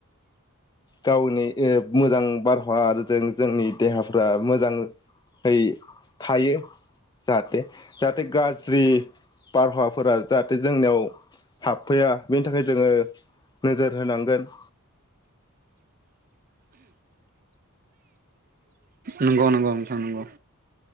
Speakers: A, on the left; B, on the right.
A: गावनि एह मोजां बारहावा आरो जों जोंनि देहाफ्रा मोजांहै थायो जाहाथे जाहाथे गाज्रि बारहावाफोरा जाहाथे जोंनियाव हाबफैया बेनि थाखाय जोङो नोजोर होनांगोन।
B: नंगौ नंगौ नोंथां नंगौ।